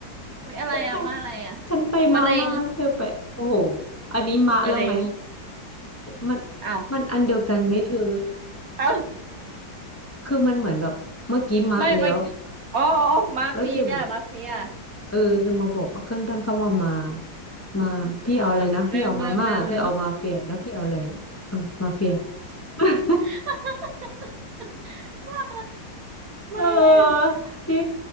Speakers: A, on the right (about 60°); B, on the left (about 20°).
A: อุ้ยอะไรอะมาอะไรอะ
B: ฉันไปฉันไปมาม่าเธอไปโอ้โห
A: มะเร็ง
B: อันนี้มะแล้วไหม
A: มะเร็ง
B: มัน
A: อ้าว
B: มันอันเดียวกันไหมเธอ
A: อ้าว
B: คือมันเหมือนแบบเมื่อกี้มะแล้ว
A: ไม่มาอ๋ออ๋ออ๋อมาเฟียมาเฟีย
B: แล้วเธอบอกเออเธอมาบอกว่าขึ้นต้นคำว่ามามาพี่เอาอะไรนะพี่เอามาม่าเธอเอามาเฟียแล้วพี่เอาอะไรอะเออมาเฟีย
A: เออเออลืมลืมลืมลืม
B: <laughs>
A: <laughs> มามาอะไรอะ
B: เออเย้